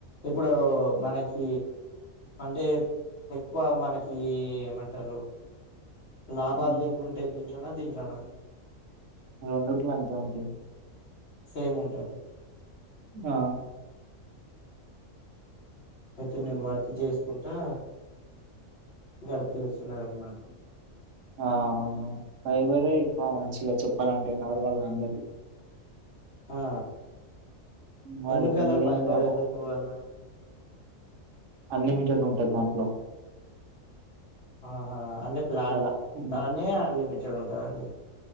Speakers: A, on the left; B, on the right.
A: ఇప్పుడు మనకి అంటే ఎక్కువ మనకి ఏం అంటారు లాభాలు
B: ఉమ్.
A: దెంట్లుంటయి దీంట్లనా దీంట్లనా
B: రెండిట్ల అంతే ఉంటాయి
A: సేమ్ ఉంటాద
B: ఆ
A: ఇపుడు మీరు
B: ఉమ్.
A: వర్క్ చేసుకుంటా గడిపేస్తున్నారన్నమాట
B: ఆ అవును ఫైబరే ఎక్కువ
A: ఉమ్.
B: మంచిగా చెప్పాలంటే నార్మల్గా అందరి
A: ఆ
B: మరి
A: ఎందుకు అలా
B: మీదేం
A: ఫైబర్
B: లాభం
A: ఎందుకు అలా
B: అన్లిమిటెడ్ ఉంటది దాంట్లో
A: ఆహా అంటే ప్లాన్
B: అలా ఉమ్,
A: ప్లానే అన్లిమిటెడ్ ఉంటదండి